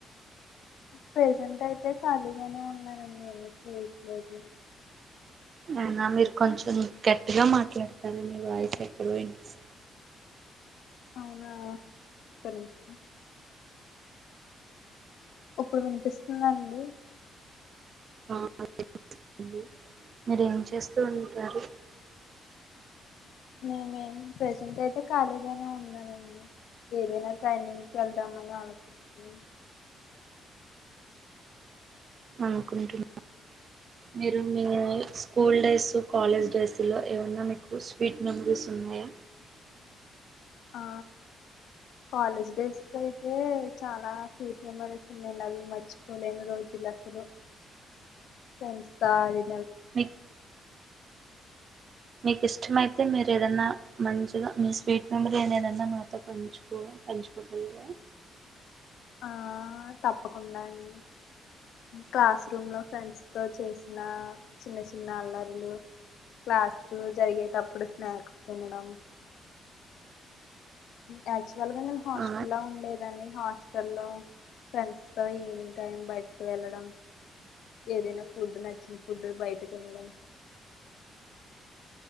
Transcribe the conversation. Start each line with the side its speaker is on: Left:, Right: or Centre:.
Left: ప్రెజెంట్ అయితే ఖాళీగానే ఉన్నానండి ఏమి చేయట్లేదు
Right: అవునా మీరు కొంచెం గట్టిగా మాట్లాడతరా మీ వాయిస్ ఎక్కడో వినిపిస్.
Left: అవునా ఒక్క నిమిషం ఇప్పుడు వినిపిస్తుందా అండి
Right: అవునా అండి మీరేం చే చేస్తువుంటారు
Left: మేమేం ప్రెజెంట్ అయితే ఖాళీగానే ఉన్నానండి ఏదైనా ట్రైనింగ్కి వెళ్దామని ఆలోచిస్తున్నా
Right: హ్ కుంటున్న మీరు మీ school days so college days లో ఏవైనా మీకు స్వీట్ మెమోరీస్ ఉన్నాయా
Left: ఆ కాలేజ్ డేస్ అయితే, చాలా స్వీట్ మెమోరీస్ ఉన్నాయండీ అవి మర్చిపోలేని రోజులు అసలు ఫ్రెండ్సతో వి
Right: మీకు మీకు ఇష్టమైతే మీరు ఏదన్నా మంచిగా మీ స్వీట్ మెమొరి, ఏదన్నా మాతో పంచుకో పంచుకోగలరా.
Left: ఆ తప్పకుండా అండి క్లాస్ రూమ్ లో ఫ్రెండ్స్ తో, చేసిన చిన్న చిన్న అల్లరిలు, క్లాసు జరిగేటప్పుడు స్నాక్స్ తినడం. యాక్చువల్ గా నేన్ హాస్టల్
Right: ఆ
Left: లో ఉండే ని హాస్టల్ లో ఫ్రెండ్స్ తో ఈవినింగ్ టైం బయటకు వెళ్ళడం, ఏదైనా ఫుడ్ నచ్చిన ఫుడ్ బయట తినడం